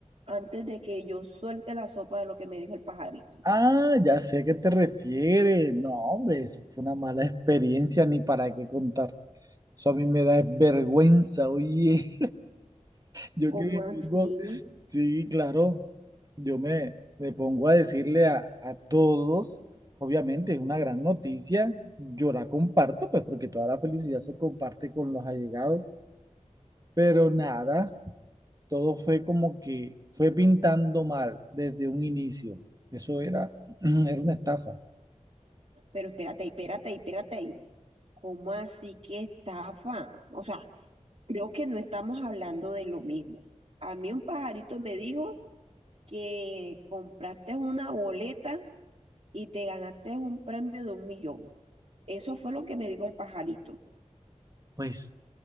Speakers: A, on the right; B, on the right.
A: antes de que yo suelte la sopa de lo que me dijo el pajarito.
B: Ah, ya sé a qué te refieres. No, hombre, eso fue una mala experiencia, ni para qué contar. Eso a mí me da vergüenza, oye. Yo
A: ¿Cómo
B: que me
A: así?
B: pongo, sí, claro, yo me, me pongo a decirle a, a todos, obviamente es una gran noticia, yo la comparto, pues porque toda la felicidad se comparte con los allegados, pero nada, todo fue como que fue pintando mal desde un inicio, eso era, <clears throat> era una estafa.
A: Pero espérate, espérate, espérate. ahí. ¿Cómo así que estafa? O sea, creo que no estamos hablando de lo mismo. A mí un pajarito me dijo que compraste una boleta y te ganaste un premio de un millón. Eso fue lo que me dijo el pajarito.
B: Pues